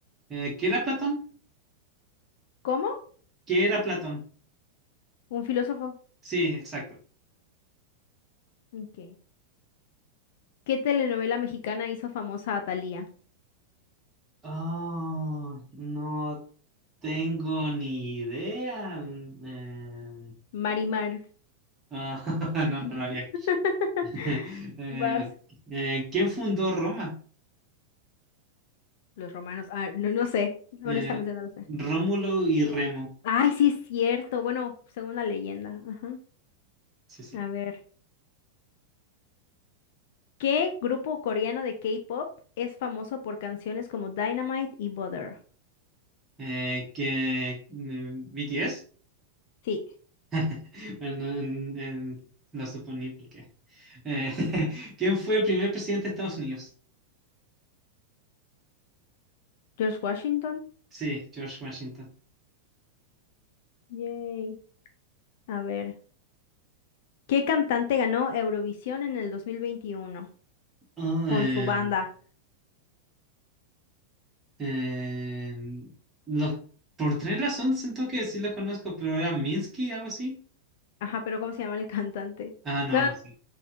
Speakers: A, on the right; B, on the left.
A: Eh, ¿qué era Platón?
B: ¿Cómo?
A: ¿Qué era Platón?
B: Un filósofo.
A: Sí, exacto.
B: Ok. ¿Qué telenovela mexicana hizo famosa a Thalía?
A: Oh, no tengo ni idea. Mm, eh,
B: Marimar.
A: ah, <laughs> no,
B: <laughs>
A: no la había escuchado. <laughs> Eh,
B: Vas.
A: ok. eh, ¿quién fundó Roma?
B: Los romanos. Ah, no, no sé.
A: Eh,
B: Honestamente no lo sé.
A: Rómulo y Remo.
B: Ay, sí es cierto. Bueno, según la leyenda. Ajá.
A: Sí, sí.
B: A ver. ¿Qué grupo coreano de K-pop es famoso por canciones como Dynamite y Butter?
A: Eh, que eh, BTS,
B: Sí.
A: <laughs> bueno, en- en- lo suponí porque. Eh, <laughs> ¿quién fue el primer presidente de Estados Unidos?
B: George Washington.
A: Sí, George Washington.
B: Yay. A ver. ¿Qué cantante ganó Eurovisión en el 2021
A: Oh,
B: con
A: eh,
B: su banda?
A: eh, los, por tres razones siento que sí los conozco, pero era Minsky, algo así.
B: Ajá, pero ¿cómo se llama el cantante?
A: Ah, no,
B: Da-
A: no, sí.